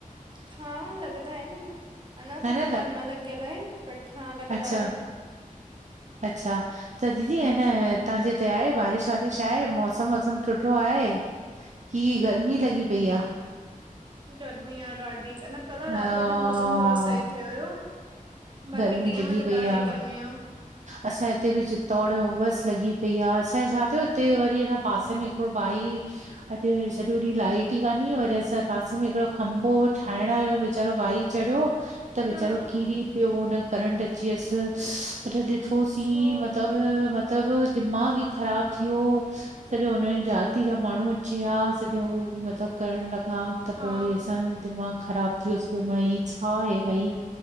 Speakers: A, on the right; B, on the right.
A: हा लॻदा आहिन। अञा
B: ह
A: त फिलहाल
B: लॻ
A: न लॻियल आहिन बट हा लॻदा
B: अच्छा
A: आय
B: अच्छा त दीदी हेन तां जे हिते आहे बारिश वारिश? आए मौसम वौसम सुठो आहे की गर्मी लॻी पई आ?
A: गर्मी आ ॾाढी अञा कल
B: हा
A: राति जो मौसम थोङो सही थियो हुयो। बाक़ी
B: गर्मी
A: ॾींहं
B: लॻी
A: में त
B: पई
A: ॾाढी
B: आ
A: गर्मी आ
B: असां हिते बि ज दौड़ में उबस लॻी पई आ असांजे छा थियो हिते वरी हिन पासे में हिकिड़ो भाई अॼ सॼो ॾींहं लाइट ई काने वरी असांजे पासे में हिकड़ो खंबो ठाहिण वेचारो भाई चढ़ियो। त वेचारो
A: हा हा
B: किरी पियो हुन करंट अची वयसि। असां ॾिठोसीं
A: अच्छा
B: मतब मतब दिमाग़ु ई ख़राब थी वियो सॼो हुनजी जाती जा माण्हू अची विया सॼो। मलब करंट लॻ हा त
A: हा
B: पो वरी असांजो दिमाग़ु ख़राब थी वियो सॼो भाई छा आहे भाई?